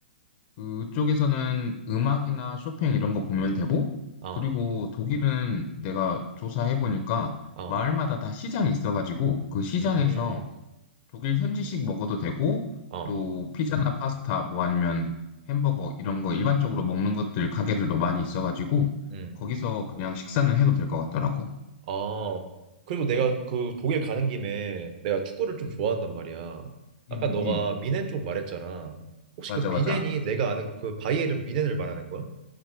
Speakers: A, on the left; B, on the right.
A: 그쪽에서는 음악이나 쇼팽 이런 거 보면 되고
B: 어,
A: 그리고 독일은 내가 조사해보니까
B: 어,
A: 마을마다 다 시장이 있어가지고 그 시장에서
B: 음,
A: 독일 현지식 먹어도 되고
B: 어,
A: 또 피자나 파스타 뭐 아니면 햄버거 이런 거 일반적으로 먹는 것들 가게들도 많이 있어가지고
B: 음.
A: 거기서 그냥 식사는 해도 될 것 같더라고.
B: 아, 그리고 내가 그 독일 가는 김에 내가 축구를 좀
A: 응,
B: 좋아한단 말이야. 아까
A: 응,
B: 너가
A: 응.
B: 미넨 쪽 말했잖아. 혹시
A: 맞아,
B: 그 미넨이
A: 맞아.
B: 내가 아는 그 바이에른 미넨을 말하는 거야?